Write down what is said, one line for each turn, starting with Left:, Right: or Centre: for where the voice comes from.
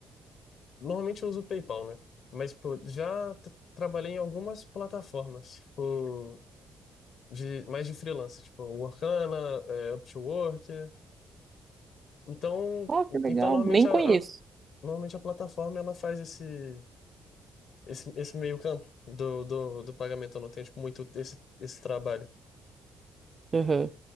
Left: Normalmente eu uso o PayPal, né? Mas, pô, já tra- trabalhei em algumas plataformas. Tipo. de mais de freelancer tipo Workana, é, Upwork. Então,
Right: Oh, que legal.
Left: então normalmente
Right: Nem
Left: a,
Right: conheço.
Left: a- normalmente a plataforma ela faz esse esse, esse meio campo do, do, do pagamento, eu não tenho tipo, muito esse, esse trabalho.
Right: Aham.